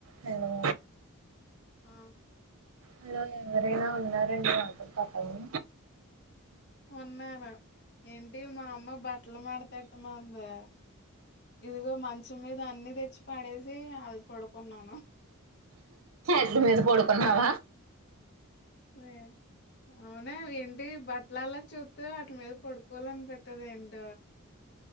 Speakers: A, on the right (about 65°); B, on the left (about 50°).
A: Hello
B: ఆ
A: hello ఎవరైనా ఉన్నారండి మాకు పాపని
B: ఉన్నాను ఏంటి మా అమ్మ బట్టలు మాడత పెట్టమన్నది ఇదిగో మంచం మీద అన్ని తెచ్చి పడేసి అది పడుకున్నాను
A: ట్ మీది పడుకున్నావ
B: అ అవునా ఏంటి బట్టల అల్లో చూస్త వాటి మీద పడుకోవాలనిపట్టది ఏంటో